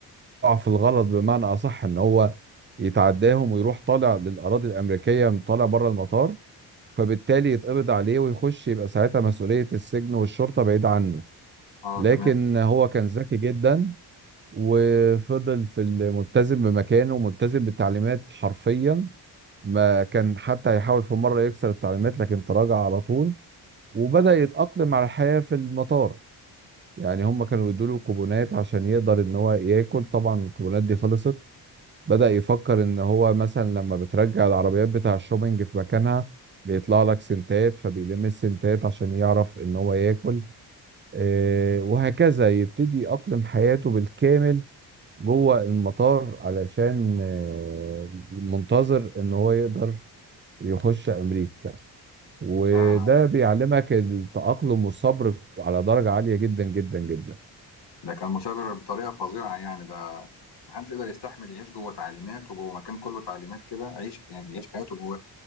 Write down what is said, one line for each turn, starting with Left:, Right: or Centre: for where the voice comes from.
Right: في الغلط بمعنى اصح ان هو يتعداهم ويروح طالع للاراضي الامريكيه طالع بره المطار فبالتالي يتقبض عليه ويخش يبقى ساعتها مسؤوليه السجن والشرطه بعيد عنه
Left: اه
Right: لكن
Left: آه، تمام
Right: هو كان ذكي جدا وفضل في الملتزم بمكانه وملتزم بالتعليمات حرفيا ما كان حتى يحاول في مره يكسر التعليمات لكن تراجع على طول وبدأ يتأقلم على الحياة في المطار يعني هم كانوا يدوا له كوبونات عشان يقدر ان هو ياكل طبعا الكوبونات دي خلصت بدأ يفكر ان هو مثلا لما بترجع العربيات بتاع الشوبينج في مكانها بيطلع لك سنتات فبيلم السنتات عشان يعرف ان هو ياكل آه وهكذا يبتدي يأقلم حياته بالكامل جوه المطار علشان آه منتظر ان هو يقدر يخش امريكا وده
Left: ده
Right: بيعلمك التأقلم والصبر على درجة عالية جدا جدا جدا
Left: ده كان مثابر بطريقه فظيعه يعني ده محدش يقدر يستحمل يعيش جوه تعليمات وجوه مكان كله تعليمات كده عيش يعني يعيش حياته جواه